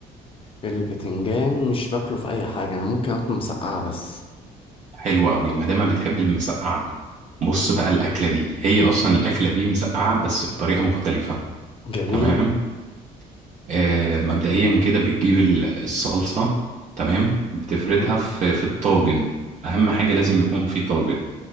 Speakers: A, on the left (about 30°); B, on the right (about 45°).
A: البتنجان مش باكله في اي حاجه انا ممكن اكله مسقعه بس
B: حلو قوي ما دام بتحب المسقعة بص بقى الاكلة دي هي اصلا الاكلة دي مسقعة بس بطريقة مختلفة
A: جميل
B: تمام آه، مبدئيا كده بتجيب ال- الصلصة تمام بتفردها
A: امم
B: في في الطاجن أهم حاجة لازم يكون في طاجن